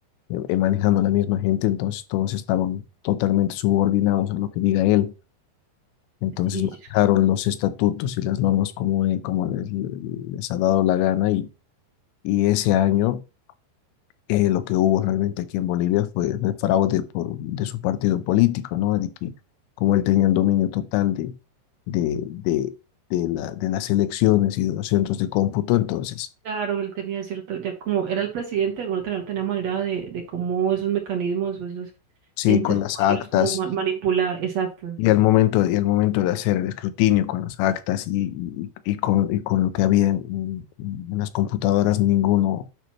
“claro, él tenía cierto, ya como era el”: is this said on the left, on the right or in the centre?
Right